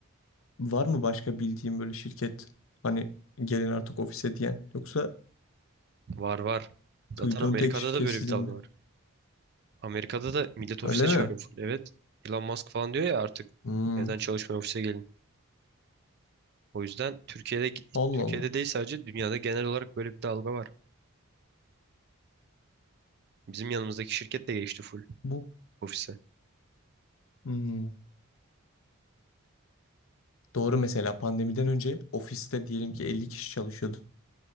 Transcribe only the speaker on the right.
Var var. Zaten
Amerika'da
da böyle
bir dalga
var. Amerika'da da millet ofise
çağırıyor
full. Evet. Elon Musk falan diyor ya artık
evden çalışmaya ofise gelin. O yüzden Türkiye'de
Türkiye'de
değil sadece dünyada genel olarak böyle bir dalga var. Bizim yanımızdaki şirket de geçti full
ofise.